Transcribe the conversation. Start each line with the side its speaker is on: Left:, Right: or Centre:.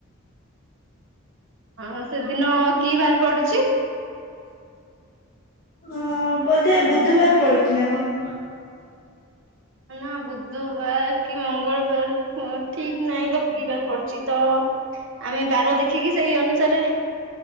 Right: ହଁ-ହଁ ସେଦିନ କି ବାରେ ପଡୁଛି?
Left: ଅ ବୋଧେ ବୁଧବାର ପଡୁଚି ନା କଣ।
Right: ନା ବୁଧବାର କି ମଙ୍ଗଳବାର ହଁ ଠିକ୍ ନାହିଁ ତ କିବାର ପଡଚି ତ ଆମେ ବାର ଦେଖିକି ସେଇ ଅନୁସାରେ